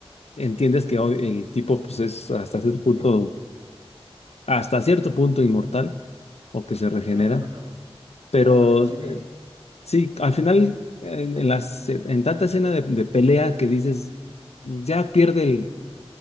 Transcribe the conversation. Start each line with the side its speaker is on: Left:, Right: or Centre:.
Left: entiendes que hoy el tipo pues es hasta cierto punto, hasta cierto punto inmortal o que se regenera,
Right: Claro, bueno,
Left: pero
Right: claro, tiene,
Left: eh, sí, al final en, en las, en tanta escena de, de pelea que dices, pues, ya pierde el,